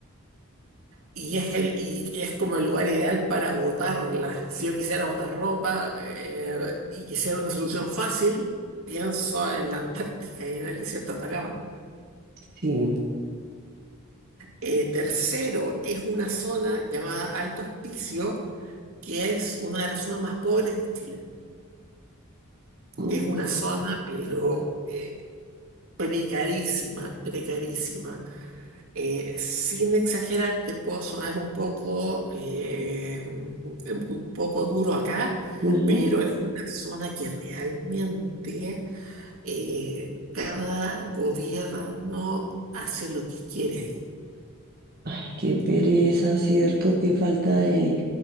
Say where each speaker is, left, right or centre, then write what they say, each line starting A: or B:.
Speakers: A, on the right; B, on the right.
A: y es el, y y es como el lugar ideal para botarla. Si yo quisiera botar ropa, eh, y quisiera una solución fácil, pienso en la Antártica y en el desierto de Atacama.
B: sí.
A: Eh, tercero, es una zona llamada Alto Hospicio, que es una de las zonas más pobres de Chile.
B: mm,
A: que es una zona, pero eh, precarísima, precarísima. Eh, sin exagerar, te puedo sonar un poco, eh, un poco duro acá,
B: ujú.
A: pero es una zona que realmente eh, cada gobierno hace lo que quiere ahí.
B: Ay, qué pereza, ¿cierto? Qué falta de,